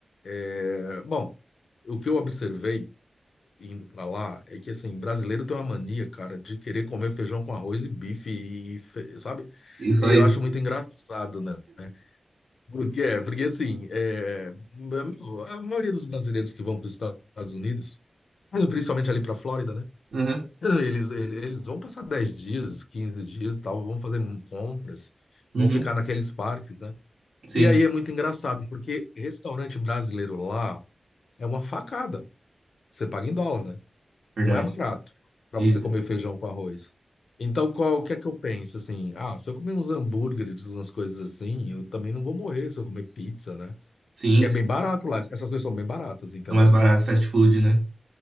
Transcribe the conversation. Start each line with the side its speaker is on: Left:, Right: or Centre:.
Left: é, bom, o que eu observei indo pra lá é que, assim, brasileiro tem uma mania, cara, de querer comer feijão com arroz e bife, e, fe- sabe?
Right: E só
Left: E eu
Right: isso.
Left: acho muito engraçado, né? Porque, é, porque assim, é, meu, a maioria dos brasileiros que vão para os Estados Unidos, principalmente ali para a Flórida, né?
Right: Uhum.
Left: Eles, ele- eles vão passar 10 dias, 15 dias e tal, vão fazer compras,
Right: Uhum.
Left: vão ficar naqueles parques, né?
Right: Sim,
Left: E aí
Right: sim.
Left: é muito engraçado, porque restaurante brasileiro lá é uma facada. Você paga em dólar, né?
Right: Verdade.
Left: Não é barato para
Right: Isso.
Left: você comer feijão com arroz. Então, qual, o que é que eu penso? Assim, ah, se eu comer uns hambúrgueres, umas coisas assim, eu também não vou morrer se eu comer pizza, né?
Right: Sim,
Left: Que é
Right: sim.
Left: bem barato lá. Essas coisas são bem baratas, entendeu?
Right: São mais baratos, fast food, né?